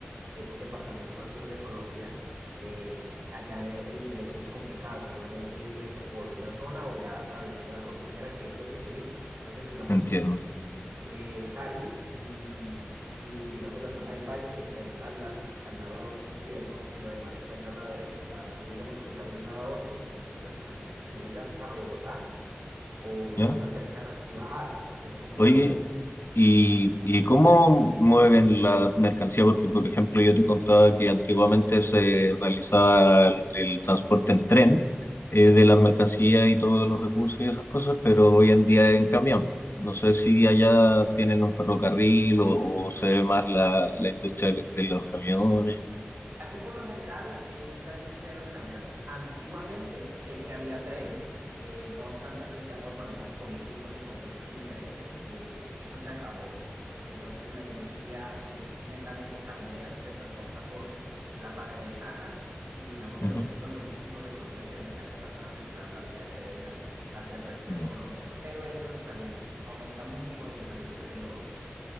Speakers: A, on the right (about 60°); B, on the left (about 70°).
A: es un departamento al sur de Colombia. eh, allá e- el ingreso es complicado, solamente ingreso por una zona o ya atravesando la cordillera, que es lo que se evita. Entonces, digamos,
B: entiendo.
A: eh, Cali y, y, digamos la zona del valle se encuentra al lado, al lado izquierdo y lo demás se encuentra al lado derecho. Y para tú, digamos, cruzar de un lado a otro, tienes que prácticamente subir hasta Bogotá o
B: ¿Ya?
A: zonas cercanas y bajar, hacer como una
B: Oye,
A: U.
B: ¿Y, y cómo mueven la mercancía? Porque, por ejemplo, yo te contaba que antiguamente se realizaba el, el transporte en tren eh, de las mercancías y todos los recursos y esas cosas, pero hoy en día en camión. No sé si allá tienen un ferrocarril o, o se ve más la, la industria de los camiones.
A: Aquí por lo general es la industria de los camiones. Antiguamente sé que había tren, eh, no obstante, pues ya por problemas políticos y conflictos de intereses, eh, eso se acabó. Entonces la industria aquí es netamente camionera, se transporta por la Panamericana y digamos de
B: Ujú.
A: los centros logísticos de Colombia que vendría a ser la zona central, la ciudad de Pereira, hacia el resto
B: No,
A: de Colombia. Pero eso también aumenta mucho el precio de los,